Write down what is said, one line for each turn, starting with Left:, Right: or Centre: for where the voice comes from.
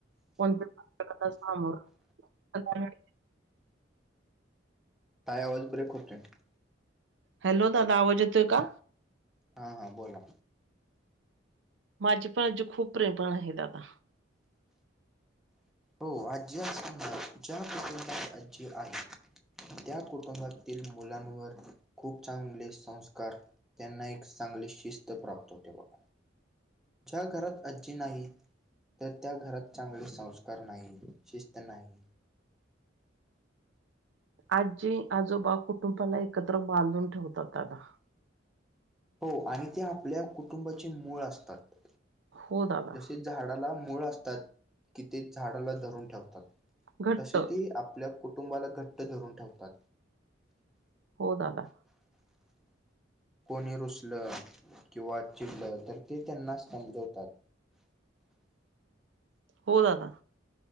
Right: कोणत्या सामोर <unintelligible>
Centre: <unintelligible>
Right: हॅलो दादा आवाज येतोय का
Centre: हा हा बोला
Right: माझी पण आज्जी खूप प्रेमळ आहे दादा
Centre: हो आज्जी <unintelligible> आज्जी आहे त्या कुटुंबातील मुलांवर खूप चांगले संस्कार त्यांना एक चांगली शिस्त प्राप्त होते बघा ज्या घरात आजी नाही. तर त्या घरात चांगले संस्कार नाही शिस्त नाही.
Right: आजी आजोबा कुटुंबाला एकत्र बांधून ठेवतात दादा.
Centre: हो आणि ते आपल्या कुटुंबाचे मूळ असतात.
Right: हो दादा
Centre: जसे झाडाला मूळ असतात कि ते झाडाला धरून ठेवतात
Right: घट्ट
Centre: तसे ते आपल्या. कुटुंबाला घट्ट धरून ठेवतात.
Right: होदला हो दादा.
Centre: कोणी रुसलं किंवा चिडलं तर ते त्यांना समजवतात.
Right: हो दादा.